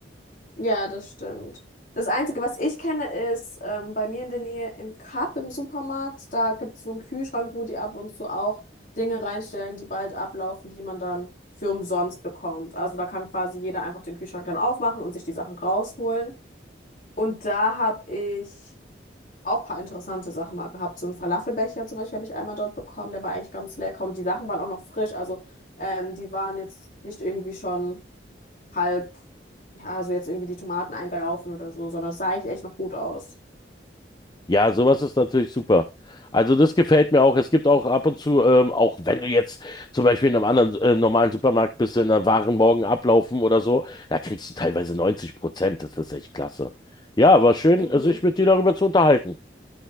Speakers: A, on the left (about 45°); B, on the left (about 25°).
A: Ja, das stimmt. Das Einzige, was ich kenne, ist ähm, bei mir in der Nähe im Cup im Supermarkt. Da gibt es so einen Kühlschrank, wo die ab und zu auch Dinge reinstellen, die bald ablaufen, die man dann für umsonst bekommt. Also da kann quasi jeder einfach den Kühlschrank dann aufmachen und sich die Sachen rausholen. Und da habe ich auch ein paar interessante Sachen mal gehabt. So einen Falafelbecher zum Beispiel habe ich einmal dort bekommen. Der war eigentlich ganz lecker und die Sachen waren auch noch frisch. Also ähm, die waren jetzt nicht irgendwie schon halb, ja, so jetzt irgendwie die Tomaten eingelaufen oder so, sondern es sah eigentlich echt noch gut aus.
B: Ja, sowas ist natürlich super. Also das gefällt mir auch. Es gibt auch ab und zu, ähm, auch wenn du jetzt zum Beispiel in einem anderen äh, normalen Supermarkt bist, in der Waren morgen ablaufen oder so, da kriegst du teilweise 90 Prozent. Das ist echt klasse. Ja, war schön,
A: Mhm.
B: äh, sich mit dir darüber zu unterhalten.